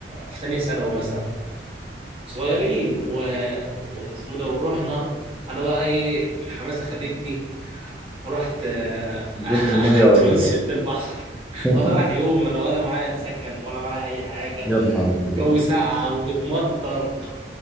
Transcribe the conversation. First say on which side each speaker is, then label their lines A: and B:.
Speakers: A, on the right; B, in the centre.
A: في تانية ثانوي مثلا صغيرين و... واسمه ده ورحنا انا بقى ايه الحماسه خدتني ورحت آه،
B: نزلت
A: <laughs>
B: الميه
A: قعدت
B: ولا
A: ونزلت البحر
B: ايه
A: ولا رايح يوم ولا ولا معايا سكن ولا معايا اي حاجه
B: <laughs> يا نهار ابيض
A: الجو ساقعه وبتمطر